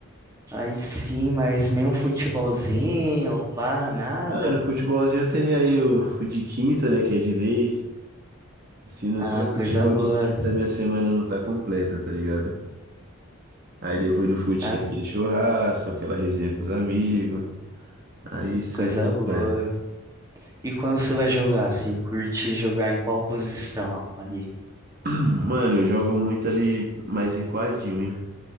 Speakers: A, on the right; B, on the right.
A: Aí sim, mas nem um futebolzinho, pá, nada.
B: Mano, futebolzinho tem aí o, o de quinta, né? Que é de lei. Se não
A: Ah,
B: tem o
A: coisa
B: futebol
A: boa.
B: de quinta, minha semana não tá completa, tá ligado? Aí depois do fute
A: ah,
B: tem aquele churrasco, aquela resenha com os amigos. Aí sabe
A: coisa
B: como
A: boa.
B: é.
A: E quando você vai jogar, se curte jogar em qual posição ali?
B: <clears throat> Mano, eu jogo muito ali mais recuadinho, hein?